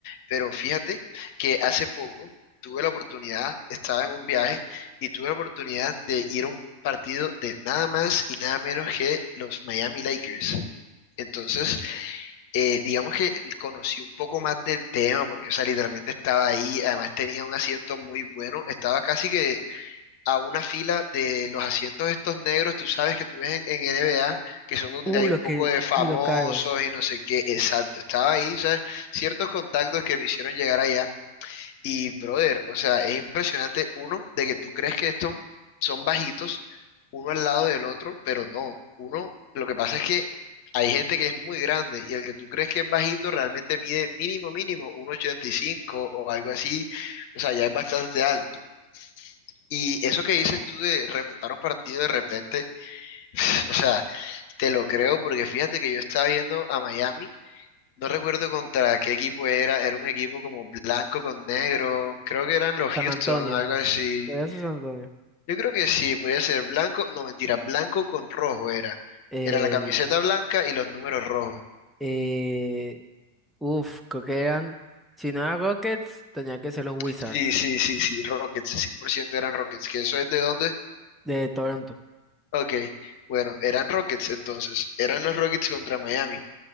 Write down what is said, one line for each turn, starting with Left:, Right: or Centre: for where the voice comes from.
Left: Pero fíjate que hace poco tuve la oportunidad, estaba en un viaje y tuve la oportunidad de ir a un partido de nada más y nada menos que los Miami Lakers. Entonces, eh, digamos que conocí un poco más del tema, porque, o sea, literalmente estaba ahí, además tenía un asiento muy bueno, estaba casi que a una fila de los asientos estos negros, tú sabes que tú ves en, en NBA, que son donde
Centre: Uh,
Left: hay
Centre: los
Left: un poco
Centre: que,
Left: de famosos
Centre: sí, los carros
Left: y no sé qué, exacto, estaba ahí, ¿sabes? Ciertos contactos que me hicieron llegar allá y, brother, o sea, es impresionante, uno, de que tú crees que estos son bajitos, uno al lado del otro, pero no. Uno, lo que pasa es que hay gente que es muy grande y el que tú crees que es bajito realmente mide mínimo, mínimo, 1,85 o algo así. O sea, ya es bastante alto. Y eso que dices tú de remontar un partido de repente, <laughs> o sea, te lo creo porque fíjate que yo estaba viendo a Miami. No recuerdo contra qué equipo era, era un equipo como blanco con negro, creo que eran los
Centre: San
Left: Houston,
Centre: Antonio.
Left: algo así.
Centre: ¿Podrías ser San Antonio?
Left: Yo creo que sí, podía ser blanco, no mentira, blanco con rojo era.
Centre: Eh,
Left: Era la camiseta blanca y los números rojos.
Centre: eh, uf, creo que eran. Si no era Rockets, tenía que ser los Wizards
Left: Sí, sí, sí, sí, Rockets, 100% eran Rockets, ¿que eso es de dónde?
Centre: de Toronto.
Left: Ok, bueno, eran Rockets entonces, eran los Rockets contra Miami.